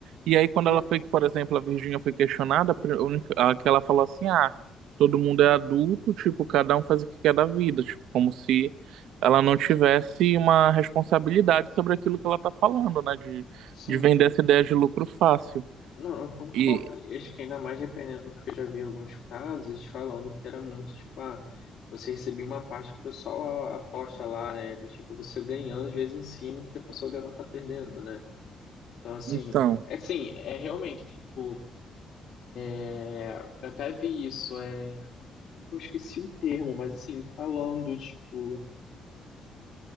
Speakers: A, on the right (about 85°); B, on the left (about 60°).
A: E aí, quando
B: É,
A: ela foi, por exemplo, a Virgínia foi questionada, a pri- a única- a que ela falou assim: ah, todo mundo é adulto, tipo, cada um faz o que quer da vida, tipo, como se ela não tivesse uma responsabilidade sobre aquilo que ela tá falando, né, de,
B: sim.
A: de vender essa ideia de lucro fácil.
B: Não, eu concordo.
A: E,
B: E Acho que ainda mais dependendo, porque eu já vi alguns casos eles falando que era muito, tipo, ah, você recebia uma parte que o pessoal a- aposta lá, né? Então, tipo, você ganhando às vezes em cima do que a pessoa dela tá perdendo, né? Então, assim,
A: então,
B: é assim, é realmente, tipo, é, eu até vi isso, é, pô, esqueci o termo, mas assim, falando, tipo,